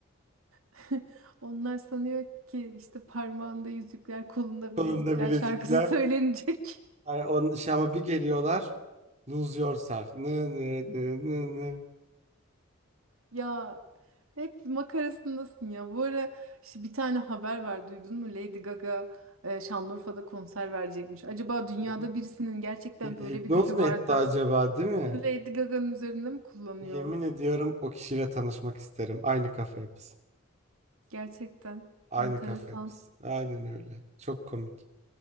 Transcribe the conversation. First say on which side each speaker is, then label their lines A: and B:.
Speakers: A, on the right; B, on the right.
A: <laughs> Onlar sanıyor ki işte parmağında yüzükler, kolunda
B: Kolunda
A: bilezikler
B: bilezikler.
A: şarkısı söylenecek. <laughs>
B: Hani onun şey ama bir geliyorlar. Lose yourself. Nı nı nı nı nı.
A: Ya hep makarasındasın ya. Bu ara işte bir tane haber var duydun mu? Lady Gaga e, Şanlıurfa'da konser verecekmiş. Acaba dünyada
B: Hı hı.
A: birisinin gerçekten
B: Hi-
A: böyle
B: Hipnoz
A: bir gücü
B: mu
A: var
B: etti
A: da
B: acaba değil mi?
A: bunu Lady Gaga'nın üzerinde mi kullanıyor?
B: Yemin ediyorum o kişiyle tanışmak isterim. Aynı kafa yapısı.
A: Gerçekten
B: Aynı
A: enteresan.
B: kafa yapısı. Aynen öyle. Çok komik.